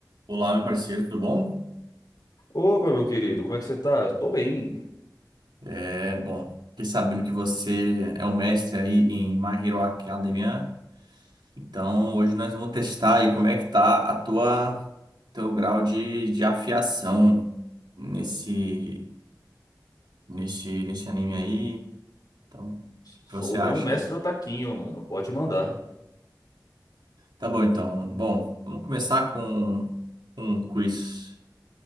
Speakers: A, on the right; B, on the left.
A: Olá, meu parceiro, tudo bom?
B: Opa, meu querido, como é que você tá? Tô bem.
A: É, bom, fiquei sabendo que você é o mestre aí em My Hero Academia. Então, hoje nós vamos testar aí como é que tá a tua teu grau de, de afiação nesse nesse nesse anime aí. Então, o
B: Sou
A: que que você
B: o
A: acha?
B: grão-mestre Otaquinho, mano. Pode mandar.
A: Tá bom, então. Bom, vamos começar com um quiz